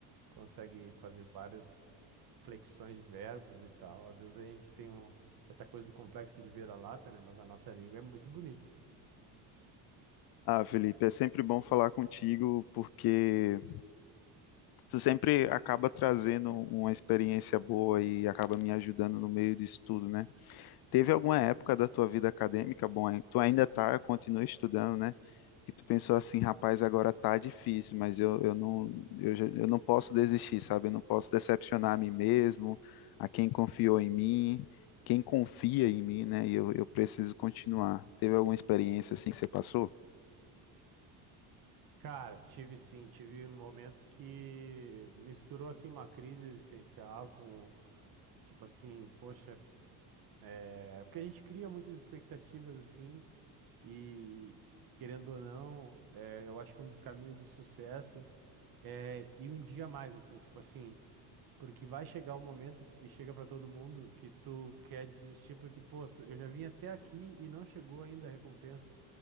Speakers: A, on the right (about 50°); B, on the left (about 55°).
A: consegue fazer várias flexões de verbos e tal. Às vezes a gente tem um- essa coisa do complexo de vira-lata, né? Mas a nossa língua é muito bonita.
B: Ah, Felipe, é sempre bom falar contigo, porque tu sempre acaba trazendo uma experiência boa e acaba me ajudando no meio disso tudo, né? Teve alguma época da tua vida acadêmica, bom, hein, tu ainda tá, continua estudando, né? Que tu pensou assim, rapaz, agora tá difícil, mas eu, eu não, eu, já- eu não posso desistir, sabe? Eu não posso decepcionar a mim mesmo, a quem confiou em mim, quem confia em mim, né? E eu, eu preciso continuar. Teve alguma experiência assim que você passou?
A: Cara, tive sim, tive um momento que misturou, assim, uma crise existencial com, tipo assim, poxa, é... porque a gente cria muitas expectativas, assim, E, querendo ou não, é, eu acho que um dos caminhos do sucesso é ir um dia a mais, assim, tipo assim, porque vai chegar o momento e, e chega pra todo mundo que tu quer desistir, porque, pô, tu- eu já vim até aqui e não chegou ainda a recompensa.